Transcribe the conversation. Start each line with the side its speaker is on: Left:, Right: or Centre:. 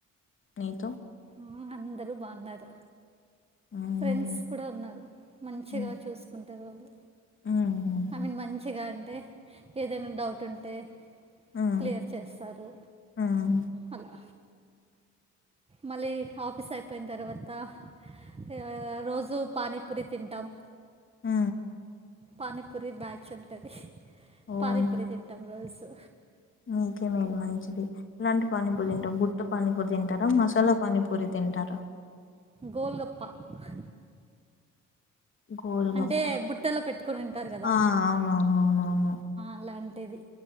Left: నీతో
Right: ఆ అందరూ బావున్నారు
Left: ఉమ్,
Right: ఫ్రెండ్స్ కూడా ఉన్నారు మంచిగా
Left: ఉమ్,
Right: చూస్కుంటరు వాళ్ళు
Left: ఉమ్,
Right: ఐ మీన్ మంచిగా అంటే ఏదైనా డౌట్ ఉంటే
Left: ఉమ్,
Right: క్లియర్ చేస్తారు
Left: ఉమ్.
Right: అలా మళ్ళీ ఆఫీస్ అయిపేయిన్ తర్వాత హా రోజూ పానీపూరి తింటాం.
Left: ఉ
Right: పానీపూరి బ్యాచ్ ఉంటది.
Left: ఓహ్!
Right: పానీపూరి తింటాం రోల్సు
Left: మీకే మేలు మంచిది ఇలాంటి పానీపూరీ
Right: ఆ,
Left: దింటవు బుట్ట పానీపూరీ తింట టరా మసాలా పానీపూరి తింటరా
Right: గోల్గప్ప హా
Left: గోల్‌గప్ప.
Right: అంటే బుట్టలో పెట్టుకొని తింటారు గదా
Left: ఆ! అవునవునవునవును.
Right: అలాంటిది